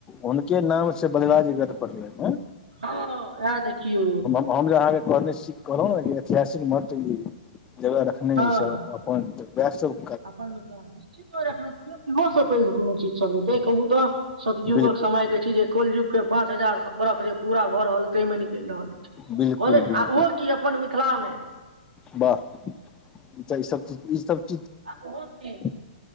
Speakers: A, on the left (about 15°); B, on the right (about 85°).
A: हुनके नाम से बलिराज ग पड़लनि हें
B: हँ अएह देखियौ।
A: हम जे अहाँके कहने सीख कहलौं ने जे ऐतिहासिक महत्व ई जगह रखने
B: हँ
A: अई ई सब अपन को त व। <unintelligible>
B: अपन मिथिला निश्चित <unintelligible> इहो सब पैघ कोनो चीज सब हेतै कहू तऽ सतयुगक
A: बिलकुल
B: समय के छै जे। कल युग के पाँच हजार बरख जे पूरा भऽ रहल तै मे निकलि रहल अछि।
A: बिलकुल
B: कहलै
A: बिलकुल
B: आ ओहो की अपन मिथिला मे।
A: वाह ई त सब त ई सब-
B: आ ओहो कि।
A: ह। <unintelligible>